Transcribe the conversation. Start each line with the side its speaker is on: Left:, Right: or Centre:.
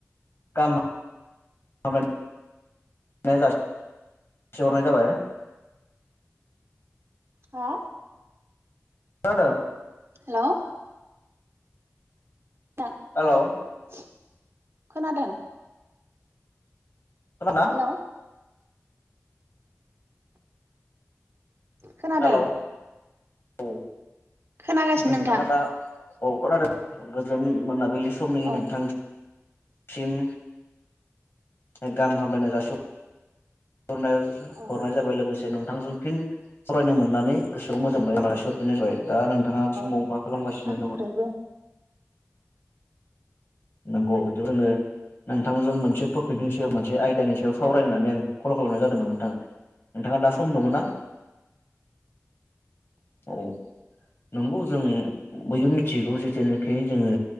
Left: गाहाम <unintelligible> नाय जाससिहरनाय जाबाय
Right: हा?
Left: खोनादों?
Right: हेलौ <unintelligible>
Left: हेलौ
Right: खोनादों
Left: खोनाना?
Right: हेलौ खोनादों
Left: हेलौ औ
Right: खोनागासिनो
Left: नोंथाङा
Right: नोंथां
Left: दा औ खोनादों गोजोन मोनाबलि समनि
Right: औ
Left: नोंथांसिम ए गाहाम हमलायनाय जासिह हरनाय <unintelligible> जा
Right: औ
Left: हरनाय जाबाय लोगोसे नोंथां जों फिन सावरायनो मोननानै गोसोआव मोज <unintelligible> जाबाय दा नोंथाङा बे
Right: औ
Left: समाव मा खालामगासिनो
Right: आंनिफ्रायबो
Left: दंङ'? नंगौ इदिबो रोंङो नोंथांजों मोनसे टपिकनि सायाव मोनसे आयदानि सायाव सावरायनानै आं कल खालामनाय जादोंमोन नोंथां। नोंथाङा दा सम दङ' ना? औ <unintelligible> नंगौ जों बयबो मिथिगौ जेथेनाखि जोङो